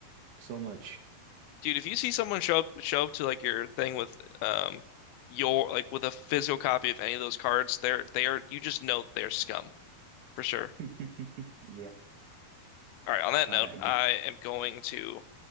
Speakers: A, on the right; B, on the left.
A: so much.
B: Dude, if you see someone show up show up to like your thing with um your like with a physical copy of any of those cards, they're they are you just know they're scum for sure.
A: <laughs> Yeah.
B: All right. On that
A: I
B: note,
A: g-
B: I am going to